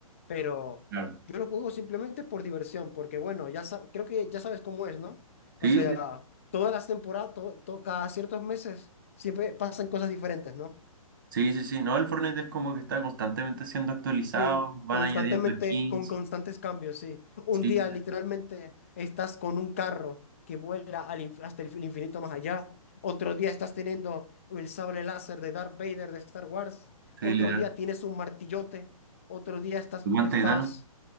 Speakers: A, on the left; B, on the right.
A: pero
B: claro.
A: yo lo juego simplemente por diversión, porque bueno, ya sa- creo que ya sabes cómo es, ¿no?
B: Sí,
A: O sea,
B: sí,
A: todas las temporadas, to- to- cada ciertos meses siempre pasan cosas diferentes, ¿no?
B: sí, sí, sí. No, el Fortnite es como que está constantemente siendo actualizado,
A: Sí,
B: van
A: constantemente,
B: añadiendo skins.
A: con constantes cambios, sí. Un
B: Sí,
A: día
B: sí,
A: literalmente estás con un carro que vuela al inf- hasta el infinito más allá. Otro día estás teniendo el sable láser de Darth Vader de Star Wars.
B: sí,
A: Otro
B: literal.
A: día tienes un martillote. Otro día estás,
B: Guante
A: estás,
B: de Thanos,